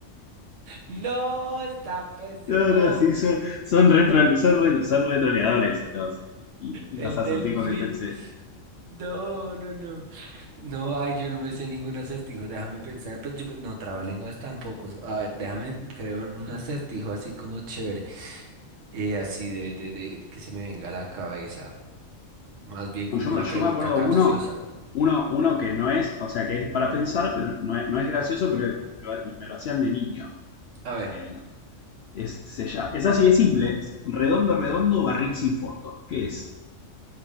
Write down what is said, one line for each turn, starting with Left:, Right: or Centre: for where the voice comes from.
Right: No, está pésimo.
Left: No, no, sí, son, son, retro- son, re- son retroleadores los, los
Right: El
Left: acertijos
Right: delfín.
Left: que pensé.
Right: No, no, no. No, ay, yo no me sé ningún acertijo. Déjame pensar. Pues yo, no, trabalenguas tampoco. A ver, déjame, creo, en un acertijo así como chévere. eh, así de, de, de que se me venga a la cabeza. Más bien
Left: Uy,
Right: como
Left: yo,
Right: una
Left: me yo
Right: pregunta
Left: me acuerdo
Right: capciosa.
Left: uno, uno, uno que no es, o sea, que es para pensar, pero no es, no es gracioso, pero lo- me lo hacían de niño.
Right: A ver,
Left: Eh, Es, se llama- es así de simple. es redondo, redondo, barril sin fondo. ¿Qué es?